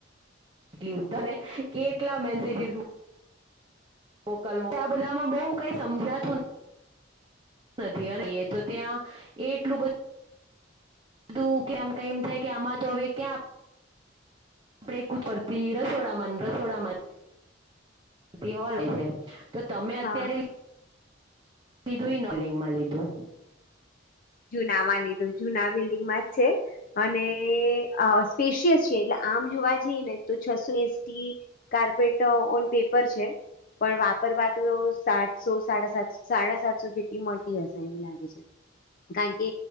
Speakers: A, on the right; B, on the left.
A: કેટલી ઉત્તરને કેટલા મેસેજિસ. વકલ આ બધામાં બહ કઈ સમજાતું નથી અ. તો ત્યાં એ એટલું બધું. કધું કે આમ કમ થાય કે આમાં તો હવે ક્યાં. આપણેે કૂદ કરતી રસોડામાં રસોડામાં હોલે છે. તો તમે
B: હા.
A: અત્યારે. લ દુંઈ ન લિંગમાં લ દું.
B: જૂના માં લીધું જુના બિલ્ડિંગમાં જ છે અને સ્પેશિયસ છે એટલે. આમ જોવા જઈએ ને તો છસો એસટી કાર્પેટ ઓન પેપર છે. પણ વાપરવા તો સાતસો સાડા સાત સાડા સાતસો જેટલી મળતી હશે એવું લાગે છે. કારણ કે